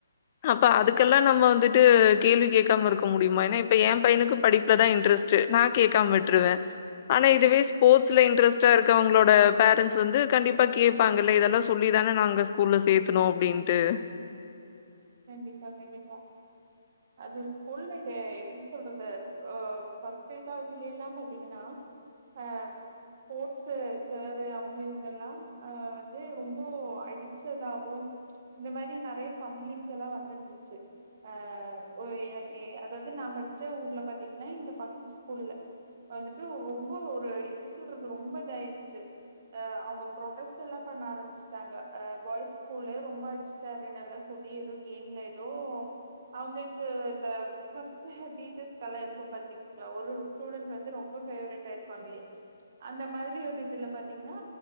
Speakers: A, on the left (about 35°); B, on the right (about 45°).
A: அப்ப அதுக்கெல்லா நம்ம வந்துட்டு கேள்வி கேக்காம இருக்க முடியுமா ஏன்னா இப்ப ஏ பையனுக்கு படிப்புல தா இன்ட்ரெஸ்ட் நா கேக்காம விட்றுவ ஆனா இதுவே ஸ்போர்ட்ஸ்ல இன்ட்ரெஸ்டா இரு க்கவுங்களோட பேரண்டஸ் வந்து கண்டிப்பா கேப்பாங்க இதெல்லா சொல்லி தான நாங்க ஸ்கூல்ல சேத்துக் னோ அப்டீன்ட்டு
B: கண்டிப்பா கண்டிப்பா அது ஸ்கூல்லு டே இப்ப எப்டி சொல்றது அ பஸ்ட்டு வீ காலத்துலயெல்லா பாத்தீங்கன்னா ஆ போர்ட்ஸ்சு சேரு அவுங்க இவுங்கல்லா அ வந்து ரொம்போ அடிச்சதாகும் இந்த மாரி நறிய கம்ளிண்ட்ஸெல்லா வந்திருந்துச்சு அ ஒ இ எ அதாவது நா படிச்ச ஊர்ல பாத்தீங்கன்னா இங்க பக்கத்து ஸ்கூல்ல வந்துட்டு ரொம்போ ஒரு எப்டி சொல்றது ரொம்போ இதாயிடுச்சு அ அவுங்க ப்ரோட்டஸ் எல்லா பண்ண ஆரம்பிச்டாங்க பாயிஸ் ஸ்கூல்லு ரொம்போ அடி ச்சாரு நல்லா சொல்லி ஏதோ கேம்லே ஏதோ அவுங்கள்க்கு இந்த ஃப்பஸ்டே டீச்சர்ஸ்கலா இருக்கும் பாத்திரிக்ங்ளா ஒரு ஸ்டூடெண் வந்து ரொம்போ ஃபேவெரெட்டா இருப்பாங்ளே அந்த மாதிரி ஒரு இதுல பாத்தீங்னா